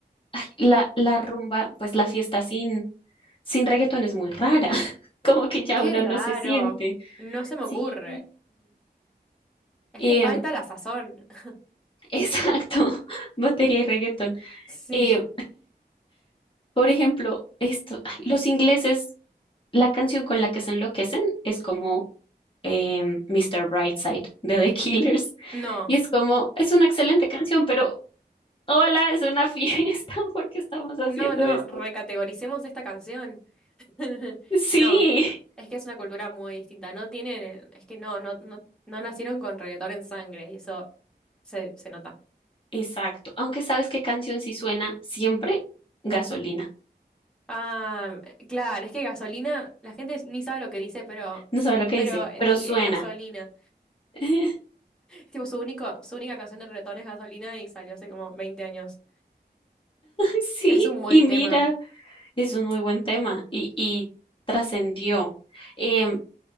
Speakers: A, on the left; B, in the centre.
A: ay, la, la rumba, pues la fiesta sin, sin reggaetón es muy rara, <laughs> como que ya
B: Qué
A: uno
B: raro.
A: no se siente.
B: No se me
A: Sí,
B: ocurre. Es
A: em,
B: que falta la sazón. <laughs>
A: <laughs> exacto, batería y reggaetón.
B: Sí.
A: Em, por ejemplo, esto, ay, los ingleses, la canción con la que se enloquecen es como em, Mr. Brightside de The Killers.
B: No,
A: Y es como, es una excelente canción, pero hola, es una fiesta <laughs> porque estamos haciendo
B: no, no.
A: esto.
B: Recategoricemos esta canción. <laughs>
A: Sí,
B: No. Es que es una cultura muy distinta. No tienen, es que no, no, no, no nacieron con reggaetón en sangre y eso se, se nota.
A: exacto. Aunque sabes qué canción sí suena siempre, gasolina.
B: Ah, claro, es que gasolina, la gente ni sabe lo que dice, pero,
A: No sabe lo que
B: pero
A: dice,
B: eh,
A: pero
B: di-
A: suena.
B: eh, gasolina.
A: <laughs>
B: Es tipo su único, su única canción de reggaetón es gasolina y salió hace como 20 años.
A: Sí,
B: Es un buen
A: y mira,
B: tema.
A: es un muy buen tema y, y trascendió. Em,